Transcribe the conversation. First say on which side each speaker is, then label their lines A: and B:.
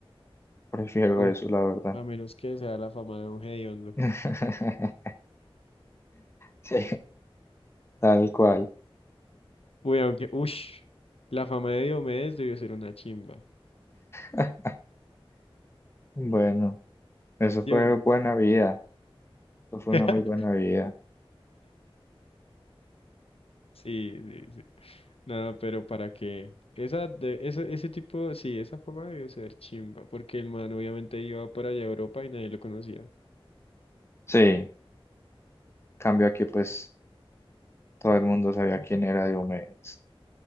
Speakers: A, on the left; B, on the left.
A: prefiero
B: Aun-
A: eso, la verdad.
B: a menos que sea la fama de un hediondo.
A: <laughs> Sí, tal cual.
B: Uy, aunque, ush, la fama de Diomedes debió ser una chimba.
A: <laughs> Bueno. Eso
B: ¿Sí
A: fue
B: o no?
A: buena vida, eso fue
B: <laughs>
A: una muy buena vida.
B: Sí, sí, sí. No, pero ¿para qué? Esa de, ese, ese tipo, sí, esa fama debió ser chimba, porque el man obviamente iba por allá a Europa y nadie lo conocía.
A: Sí, cambio aquí pues todo el mundo sabía quién era Diomedes.